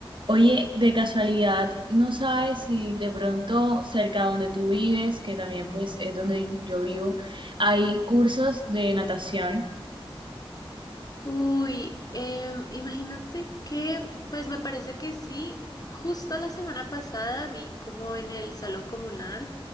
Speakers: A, on the right; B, on the left.
A: Oye, de casualidad, ¿no sabes si de pronto cerca donde tú vives, que también pues es donde yo vivo, hay cursos de natación?
B: Uy, em, imagínate que, pues me parece que sí, justo la semana pasada vi como en el salón comunal